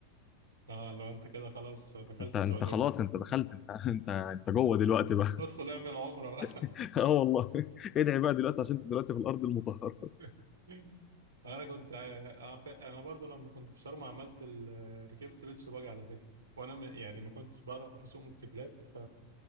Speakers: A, on the right; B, on the left.
A: اه لو انت كده خلاص دخلت
B: انت
A: السعودية
B: انت خلاص
A: <laughs>
B: انت دخلت انت انت انت جوه دلوقتي بقى
A: ادخل اعمل عمرة بقى
B: <laughs> اه والله ادعي بقى دلوقتي عشان انت دلوقتي في الارض المطهره
A: <laughs> انا كنت آه ف- انا برضو لما كنت في شرم عملت ال- ركبت بيتش باجي على فكرة وانا م- يعني ما كنتش بعرف اسوق موتوسيكلات ف